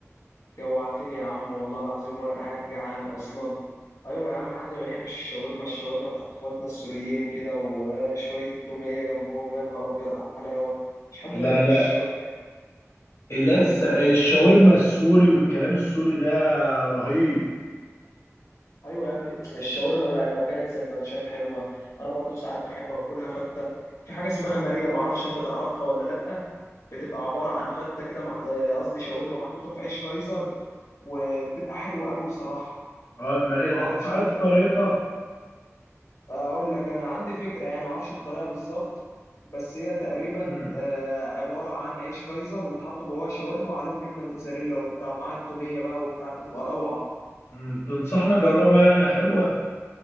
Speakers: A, on the left (about 80°); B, on the left (about 60°).
A: جوعتني يا عم والله العظيم وانا قاعد جعان اصلا ايوه يا عم حد ما يحبش الشاورما الشاورما بتاعت اخواتنا السوريين كده وشويه التوميه جنبهم يا نهار ابيض على الحلاوه مش حد
B: لا
A: ما يحبش
B: لا
A: الشاورما
B: لسه الشاورما السوري والكلام السوري ده رهيب
A: ايوه يا ابني الشاورما بقى لو كانت سندوتشات حلوه انا برضو ساعات بحب اكلها فته في حاجه اسمها ماريا معرفش انت تعرفها ولا لا بتبقى عباره عن فته كده مح- آه، قصدي شاورما محطوطه في عيش كايزر وبتبقى حلوه قوي بصراحه
B: اه المارية
A: معرفش
B: ده انت عارف
A: انت
B: طريقتها
A: اقول لك انا عندي فكره يعني ما اعرفش الطريقه بالظبط بس هي تقريبا
B: امم
A: آه، عباره عن عيش كايزر وتحط جواه شاورما وعليهم جبنه موتزاريلا وبتاع ومعاها توميه بقى وبتاع بتبقى روعه
B: أمم، تنصحنا جربها يعني حلوة